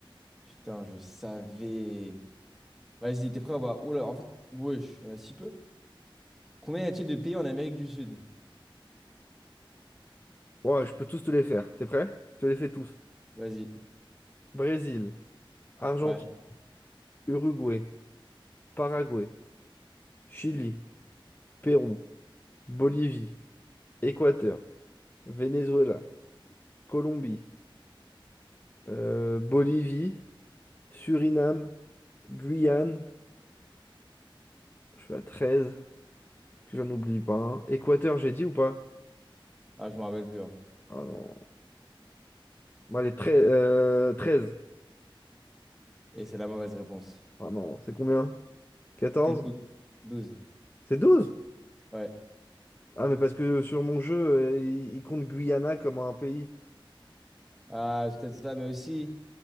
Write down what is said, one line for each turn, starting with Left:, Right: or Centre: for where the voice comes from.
Centre: Putain, je savais. Vas-y, t'es prêt ou pas? Oula, en fait, wesh, il y en a si peu. Combien y a-t-il de pays en Amérique du Sud?
Left: Ouais, je peux tous te les faire. T'es prêt? Je te les fais tous.
Centre: Vas-y.
Left: Brésil, Argentine,
Centre: Ouais.
Left: Uruguay, Paraguay, Chili. Pérou, Bolivie, Équateur, Venezuela, Colombie, euh, Bolivie, Suriname, Guyane, je suis à 13, que j'en oublie pas. hein. Équateur, j'ai dit ou pas?
Centre: Ah, je me rappelle plus. hein.
Left: Ah non. Bon, allez, treize. euh, 13.
Centre: Et c'est la mauvaise réponse.
Left: Ah non, c'est combien? Quatorze
Centre: C'était douze douze
Left: C'est douze
Centre: Ouais.
Left: Ah, mais parce que sur mon jeu, euh, il, il compte Guyana comme un pays.
Centre: Ah, c'est peut-être ça, mais aussi.